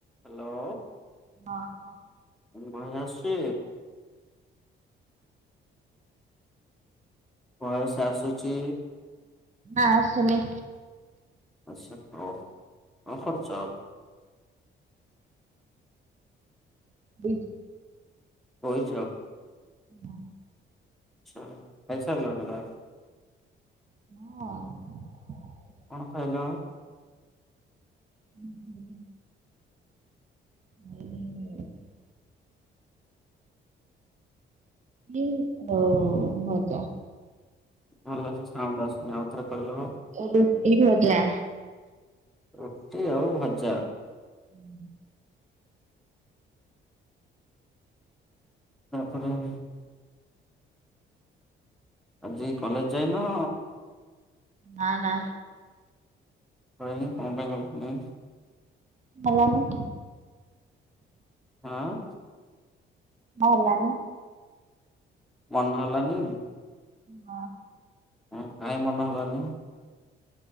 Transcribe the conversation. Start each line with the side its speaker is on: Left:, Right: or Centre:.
Centre: ହ୍ୟାଲୋ।
Right: ହଁ ହଁ
Centre: ମ ଭୟ ଆସଛି। ଭଏସ ଆସୁଛି।
Right: ଆଶୁନି।
Centre: ଆଚଛା ହଉ କଣ ଖର୍ଚ?
Right: ବଇ
Centre: ବଇଚ।
Right: ହ
Centre: ଆଛା ଖାଇସରିଲଣି। <unintelligible>
Right: ହଁ
Centre: କଣ ଖାଇଲ?
Right: ହୁଁ ହୁଁଁ। <unintelligible> ଲି ଆଉ ଭଜା।
Centre: ଭଲସେ ସାଉଣ୍ଡ ଆସୁନି ଆଉ ଥରେ କହିଲ।
Right: ରୁଟି ଭଜା।
Centre: ରୁଟି ଆଉ ଭଜା।
Right: <inaudible>
Centre: ତାପରେ? ଆଜି କଲେଜ ଯାଇନ?
Right: ନା ନା।
Centre: <unintelligible> କଣ ପାଇଁ ଗଲାଣି?
Right: ଭଲ ଲାଗୁନି।
Centre: ହଁ।
Right: ହଁ ହେଲାନି।
Centre: ମନ ହେଲାନି?
Right: ନା।
Centre: ହଁ କାଇଁ ମନ ହେଲାନି?